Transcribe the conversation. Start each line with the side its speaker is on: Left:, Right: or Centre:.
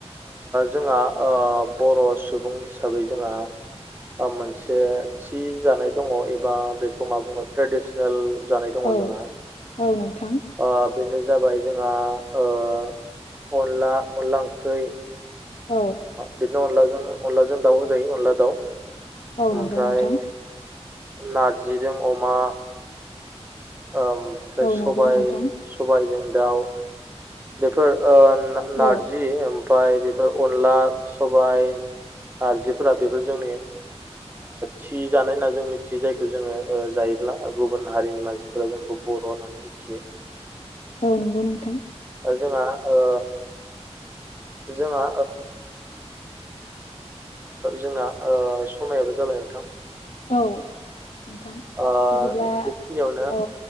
Right: जोंहा बर' सुबुं हिसाबै जोंहा मोनसे थि जानाय दंङो एबा बेखौ मा बुङो ट्रेडिसनेल जानाय दंङो
Left: औ
Right: जोंहा
Left: औ नोंथां
Right: बेनो। जाबाय जोंहा अनला अनला ओंख्रि।
Left: औ
Right: बिदिनो अनलाजों अनलाजों दाउबो जायो अनला दाउ
Left: औ
Right: ओमफ्राय।
Left: नंगौ नोंथां
Right: नार्जिजों अमा। ओमफ्राय
Left: औ
Right: सबाय
Left: नंगौ नोंथां
Right: सबायजों दाउ बेफोर नारजि
Left: औ
Right: ओमफ्राय बे बेफोर अनला सबाय नारजिफोरा बेफोर जोंनि थि जानाय होनना जों मिथियो जायखौ जोंङो जायोब्ला गुबुन हारिनि मानसिफोरा जोंखौ बर' होनानै मियो।
Left: औ नंगौ नोंथां।
Right: जोंहा ओ जोंहा जोंना समायाबो जाबाय नोंथां
Left: औ। नोंथां
Right: ओ
Left: बिदिब्ला
Right: बेखिनियाव नो।
Left: औ